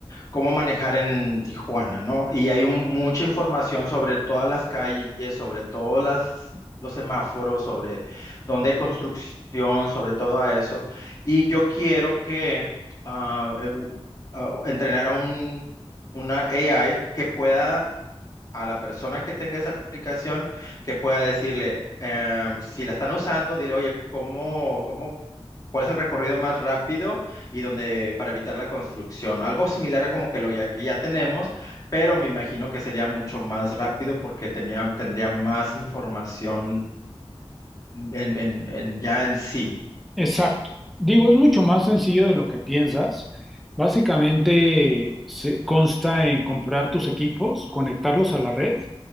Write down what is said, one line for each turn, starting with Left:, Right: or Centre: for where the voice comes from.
Left: cómo manejar en Tijuana, ¿no? Y hay un- mucha información sobre todas las calles, sobre todos las- los semáforos, sobre dónde hay construcción, sobre todo a eso. Y yo quiero que ah, eh, u- ah, entrenar a un, una AI que pueda, a la persona que tenga esa aplicación, que pueda decirle, eh, si la están usando, dile, oye, cómo ¿cómo, cuál es el recorrido más rápido y donde para evitar la construcción. Algo similar a como que lo ya que ya tenemos, pero me imagino que sería mucho más rápido porque tenía, tendría más información en, en- en- ya en sí.
Centre: Exacto. Digo, es mucho más sencillo de lo que piensas. Básicamente se consta en comprar tus equipos, conectarlos a la red